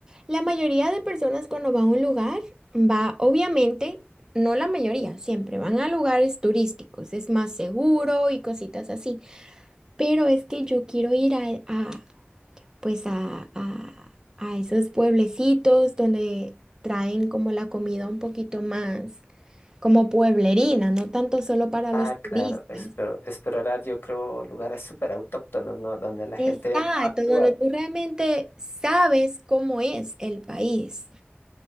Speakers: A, on the right (about 15°); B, on the left (about 60°).
A: la mayoría de personas cuando va a un lugar, va, obviamente, no la mayoría, siempre van a lugares turísticos, es más seguro y cositas así, pero es que yo quiero ir a, a, pues a, a, a esos pueblecitos donde traen como la comida un poquito más como pueblerina, no tanto solo para
B: Ah,
A: los turistas.
B: claro, espero, explorar yo creo lugares súper autóctonos, ¿no? Donde la gente
A: Exacto,
B: no actúa.
A: donde tú realmente sabes cómo es el país.